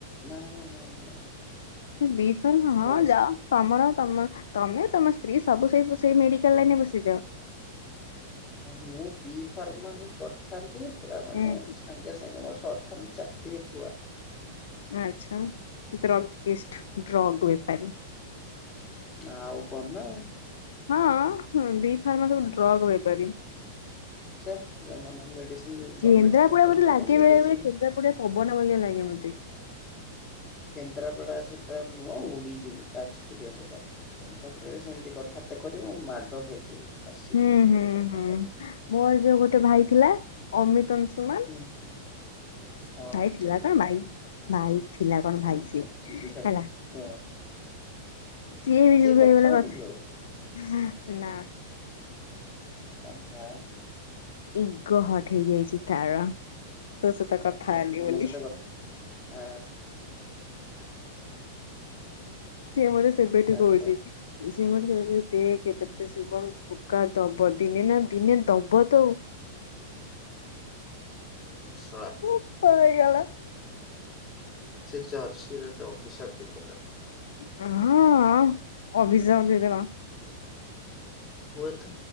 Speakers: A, on the left (about 25°); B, on the left (about 85°).
A: ନା ନା ନା ନା।
B: ବିଷଲ୍ ହଁ
A: ପ୍ଲସ୍
B: ଯା। ତମର ତମ ତମେ ତମ ସ୍ତ୍ରୀ ସବୁ ସେଇ ସେ ମେଡିକାଲ ଲାଇନରେ ବସିଯାଅ।
A: ମୁଁ ବି ଫାର୍ମ ହିଁ କରିଥାନ୍ତି ପୁରା ମାନେ
B: ହୁଁ
A: ସାଙ୍ଗେ ସାଙ୍ଗେ ମୋର ସଥନ ଚାକିରି ଥୁଆ।
B: ଆଚ୍ଛା ଡ୍ରଗ କିଷ୍ଟ ଡ୍ରଗ୍ ବେପାରୀ।
A: ଆଉ କଣ ନା।
B: ହଁ ବି ଫାର୍ ସବୁ ଡ୍ରଗ୍ ବେପାରୀ।
A: ସେ ମେଡିସିନ
B: କେନ୍ଦ୍ରାପଡା
A: ଗମେଣ୍ଟ ପାଇଁ ପଡ଼ିଥାନ୍ତି
B: ମତେ ଲାଗେ
A: ମେଡିସିନ।
B: ବେଳେ ବେଳେ କେନ୍ଦ୍ରାପଡା ପବନ ଭଳିିଆ ଲାଗେ ମୋତେ।
A: କେନ୍ଦ୍ରାପଡା ସେଟା ନୁହଁ ଉଡିଯିବ ଯାଜପୁରିଆ ସେଟା କେନ୍ଦ୍ରାପାରେ ସେମିତି କଥା। ଏତେ କରିବୁ ମାଡ଼ ଖାଇଯିବୁ ଆସିବୁ
B: ହୁଁ
A: ସେଭଳିଆ
B: ହୁଁ
A: କଥାବାର୍ତ୍ତା
B: ହୁଁ।
A: କରିବ।
B: ମୋର ଯୋଉ ଗୋଟେ ଭାଇ ଥିଲା ଅମିତ ଅଂଶୁମାନ।
A: ହୁଁ ହୁଁ ହଁ
B: ଭାଇ
A: ହଁ
B: ଥିଲା
A: ସେଠୁ
B: କଣ
A: ହଁ
B: ଭାଇ। ଭାଇ ଥିଲା କଣ
A: ହୁଁ
B: ଭାଇ ସିଏ
A: ହୁଁ ଥିଲା
B: ହେଲା।
A: ହଁ
B: ସିଏ ବି ଯିବ
A: କଥା ହଉନି
B: କଥା
A: କି ଆଉ
B: ନା।
A: ଆ ହା।
B: ଇଗୋ ହଟ୍ ହେଇଯାଇଛି ତାର। ତୋ ସତ କଥା
A: ଓହୋ
B: ହେଲି ବୋଲି।
A: ମୋ ସହିତ କଥା ଆ
B: ସିଏ ମତେ ସେବେଠୁ
A: ତାପରେ
B: କହୁଛି। <unintelligible> ଶୁଭମ। ଧୋକା ଦବ ଦିନେ ନା ଦିନେ ଦବ ତ ଆଉ।
A: ନିଶ୍ଚୟ।
B: <unintelligible> ହେଇଗଲା।
A: ସେ <unintelligible> ଅଭିଶାପ <unintelligible>
B: ହଁ ହଁ ଅଭିଶାପ ଦେଇ ଦେଲା।
A: ହୁଏତ